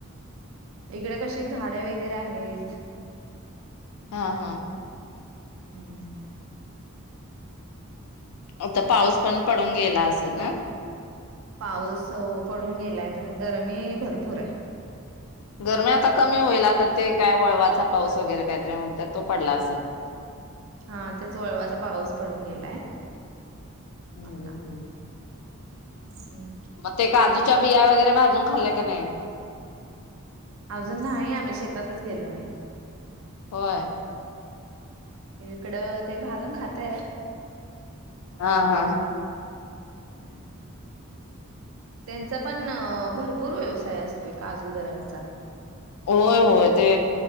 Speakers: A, on the right (about 65°); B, on the left (about 85°).
A: इकडे कशी झाड वगैरे आहेत.
B: हा हा.
A: हम्म.
B: आता पाऊस पण पडून गेला असेल ना?
A: पाऊस पडून गेलाय. पण गरमी भरपूर ए.
B: गरमी आता कमी होईल. आता ते काय वळवाचा पाऊस वगैरे काहीतरी म्हणतात तो पडला असलं.
A: हां तेच वळवाचा पाऊस पडून गेलाय
B: हम्म.
A: आत्ता. हम्म.
B: म ते काजूच्या बिया वगैरे भाजून खाल्ल्या की नाही?
A: अजून नाही आम्ही शेतातच गेलो नाही.
B: होय.
A: इकडं ते भाजून खातात.
B: हा हा.
A: हं. त्यांचा पण भरपूर व्यवसाय असतोय काजूगरांचा.
B: होय होय. ते